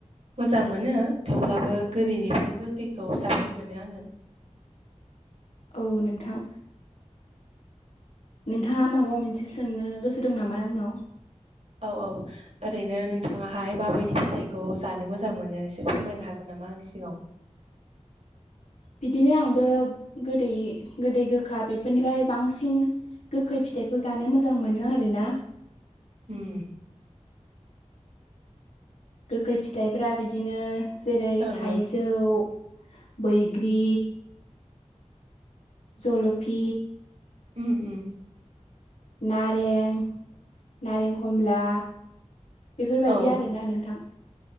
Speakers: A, on the right; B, on the left.
A: मोजां मोनो थेवब्लाबो गोदैनिफ्राय गोखैखौ साबसिन मोनो आङो
B: औ नोंथां नोंथाङा माबा मोनसे सोंनो गोसो दं नामा आंनाव
A: औ औ ओरैनो नोंथाङाहाय माबायदि फिथाइखौ जानो मोजां मोनो एसे फोरमायनो हागोन नामा आंनि सिगाङाव
B: बिदिनो आंबो गोदै गोदै गोखा बेफोरनिफ्राय बांसिन गोखै फिथाइखौ जानो मोजां मोनो आरोना
A: उम
B: गोखै फिथाइफ्रा बिदिनो जेरै
A: ओं
B: थाइजौ
A: ओं
B: जौ बैग्रि जलफि
A: उम उम
B: नारें नारें खमला बेफोरबायदि
A: औ
B: आरोना नोंथां